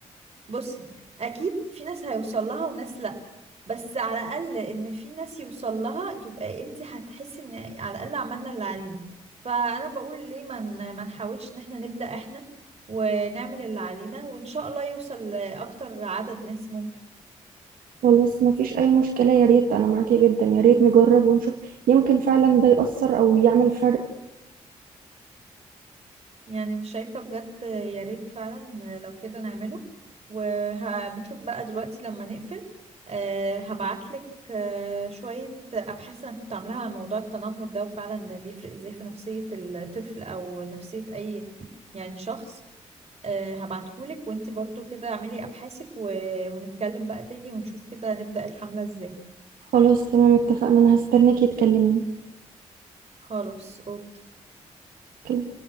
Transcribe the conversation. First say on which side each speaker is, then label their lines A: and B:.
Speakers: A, on the right (about 45°); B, on the right (about 75°).
A: بصي اكيد في ناس هيوصل لها وناس لا بس على الاقل ان في ناس يوصل لها تبقى انت هتحسي ان على الاقل عملنا اللي علينا فانا بقول ليه ما ن- ما نحاولش ان احنا نبدأ احنا ونعمل اللي علينا وان شاء الله يوصل لاكتر عدد ناس ممكن
B: خلاص مفيش أي مشكلة يا ريت أنا معاكي جدا يا ريت نجرب ونشوف يمكن فعلا ده يأثر أو يعمل فرق
A: يعني انا شايفة بجد يا ريت فعلا لو كده نعمله وممكن بقى دلوقتي لما نقفل آه، هبعتلك آه، شوية أبحاث أنا كنت عاملاها عن موضوع التنمر ده وفعلا بيفرق إزاي في نفسية الطفل أو نفسية أي يعني شخص آه، هبعتهولك وانتي برضو كده اعملي أبحاثك و- ونتكلم بقى تاني ونشوف كده نبدأ الحملة إزاي
B: خلاص تمام اتفقنا أنا هستناكي تكلميني
A: خلاص أوكي
B: أوكي.